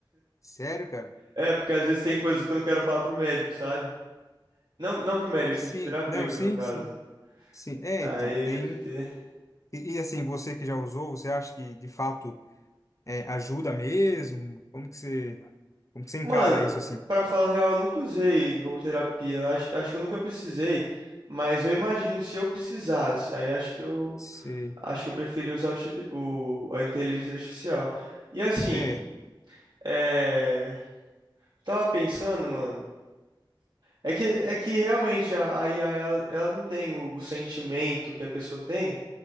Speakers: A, on the left; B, on the right.
A: sério, cara?
B: é porque às vezes tem coisa que eu não quero falar pro médico, sabe? Não, não pro médico,
A: Sim,
B: assim, pro terapeuta,
A: não, sim,
B: no caso.
A: sim, sim. É,
B: Aí,
A: então, tem,
B: o GPT.
A: e, e, assim, você que já usou, você acha que, de fato, é, ajuda mesmo? Como que você, como que você
B: Mano,
A: encara isso, assim?
B: pra falar a real, eu nunca usei como terapia. Eu Acho, acho que eu nunca precisei. Mas eu imagino se eu precisasse. Aí acho que eu.
A: Você,
B: Acho que eu preferia usar o, GP o- a inteligência artificial. E assim.
A: é,
B: É... Tava pensando, mano. É que, é que realmente a, a IA, ela, ela não tem o, o sentimento que a pessoa tem,